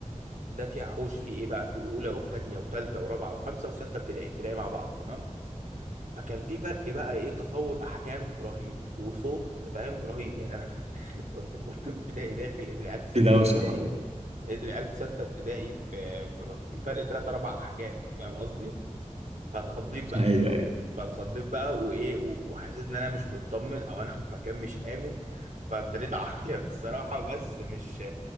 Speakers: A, on the right (about 80°); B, on the right (about 55°).
A: ده فيها حوش في ايه بقى في اولى وثانيه وثالثه ورابعه وخمسه وسته ابتدائي ابتدائي مع بعضه تمام فكان في فرق بقى ايه تطور احجام رهيب وصوت فاهم رهيب يعني انا <laughs> كنت في اولى ابتدائي داخل لقيت العيال في سته
B: في دوشه
A: ابتدائي
B: حواليك
A: لقيت العيال في ستة ابتدائي في في في فرق تلات أربع أحجام فاهم قصدي؟ فاتخضيت
B: <laughs>
A: بقى
B: ايوه ايوه
A: فاتخضيت بقى وإيه و- وحسيت إن أنا مش مطمن أو أنا <laughs> في مكان مش آمن فابتديت أعيط الصراحة بس مش